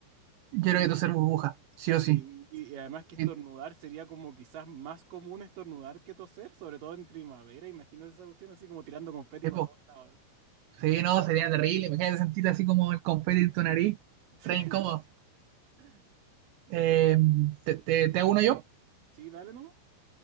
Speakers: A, on the right (about 75°); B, on the right (about 50°).
A: yo creo
B: Y-
A: que toser burbuja, sí o
B: Sí,
A: sí.
B: y además que estornudar
A: Y-
B: sería como quizás más común estornudar que toser, sobre todo en primavera. Imagínate esa cuestión así como tirando confeti
A: epo,
B: para todos lados.
A: Sí,
B: La wea.
A: no, sería terrible. Imagínate sentir así como el confeti en tu nariz,
B: <laughs>
A: re incómodo. Eh, ¿te, te- te hago uno yo?
B: Sí, dale no